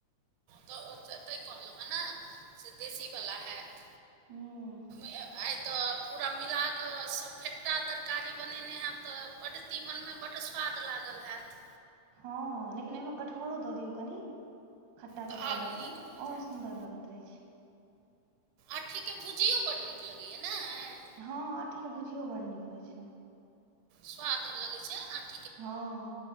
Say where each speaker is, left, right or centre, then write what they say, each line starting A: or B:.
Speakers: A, on the right; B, on the right.
A: तऽ ओ तैं कहलहु हें नै जे देशीवला हैत।
B: हूँ
A: ए आइ तऽ पूरा मिला कऽ सभ फेट्टा तरकारी बनेने हैब तऽ बड्ड तीमनमे बड स्वाद लागल हैत।
B: हॅं लेकिन ओहिमे कठहरो दऽ दियौ कनि खट्टा
A: तऽ
B: तट्टा
A: आओर
B: दऽ
A: नीक
B: कऽ
A: भऽ
B: और
A: जायत
B: सुन्दर लगैत रहे छैय।
A: आंठीके भुजियो बड नीक लगैया, नहि।
B: हॅं आँठीके भुजियो बडड नीक होइ छैय।
A: स्वाद लगै छैय आंठ
B: हॅं